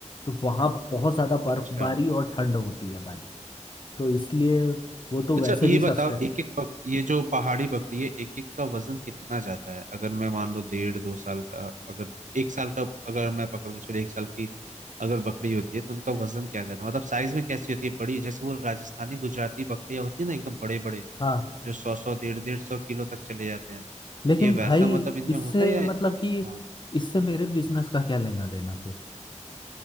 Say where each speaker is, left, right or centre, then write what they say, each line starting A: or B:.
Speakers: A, on the left; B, on the right.
A: तो वहाँ बहुत ज्यादा बर्फबारी
B: अच्छा
A: और ठंड होती है भाई तो इसलिए वो तो
B: अच्छा
A: वैसे
B: ये
A: भी
B: बताओ
A: सस्ते
B: एक एक पक, ये जो पहाड़ी बकरी है एक एक का वजन कितना जाता है अगर मैं मान लो डेढ़ दो साल का अगर एक साल का अगर मैं पकड़ के चलो एक साल की अगर बकरी होती है तो उनका वजन क्या जाता है मतलब साइज में कैसी होती है बड़ी जैसे वो राजस्थानी गुजराती बकरियां होती है ना एकदम बड़े बड़े
A: हाँ
B: जो सौ सौ डेढ़ डेढ़ सौ किलो तक चले जाते हैं
A: लेकिन
B: ये
A: भाई
B: वैसा मतलब इनमें
A: इससे
B: होता है या
A: मतलब कि
B: हाँ
A: इससे मेरे बिजनेस का क्या लेना देना फिर